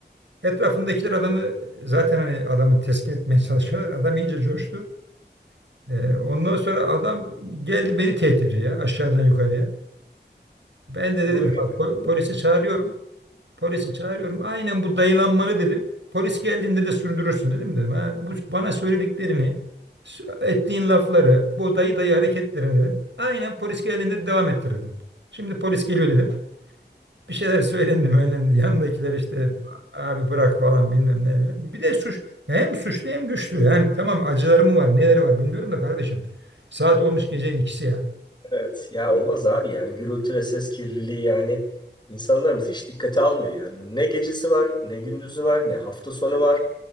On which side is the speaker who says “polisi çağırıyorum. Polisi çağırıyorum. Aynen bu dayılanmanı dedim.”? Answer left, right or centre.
Right